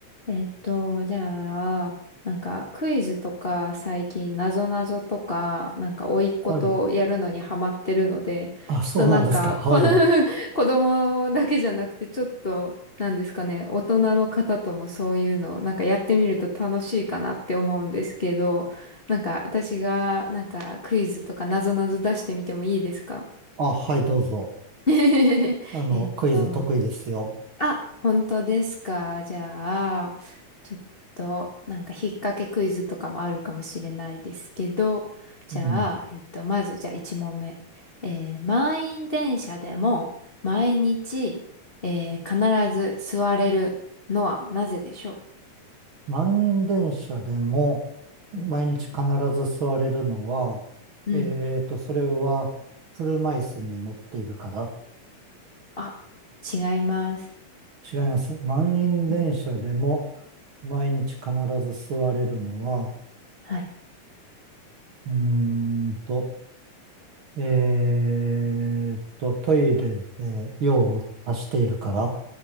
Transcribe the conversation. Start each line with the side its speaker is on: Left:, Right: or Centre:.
Left: えっと、じゃあ、なんかクイズとか最近なぞなぞとか、なんか甥っ子とやるのにハマってるので、
Right: はい。あ、そうなんですか。
Left: ちょっとなんか、
Right: はい。
Left: こ <laughs> 子供だけじゃなくて、ちょっと、なんですかね、大人の方ともそういうの、なんかやってみると楽しいかなって思うんですけど、なんか私がなんかクイズとかなぞなぞ出してみてもいいですか
Right: あ、はい、どうぞ。
Left: <laughs>
Right: あの、
Left: えっと、
Right: クイズ得意ですよ。
Left: あ、本当ですか。じゃあ、ちょっと、なんか、引っ掛けクイズとかもあるかもしれないですけど、じゃあ、
Right: うん。
Left: えっと、まず、じゃあ、1問目。えー満員電車でも、毎日、えー必ず座れるのはなぜでしょ
Right: 満員電車でも、毎日必ず座れるのは、
Left: うんうんうん。
Right: えーと、それは、車椅子に乗っているから。
Left: あ、違います。
Right: 違います。満員電車でも、
Left: うん
Right: 毎日必ず座れるのは、
Left: はい。
Right: うーんと、えーと、トイレで用を足しているから。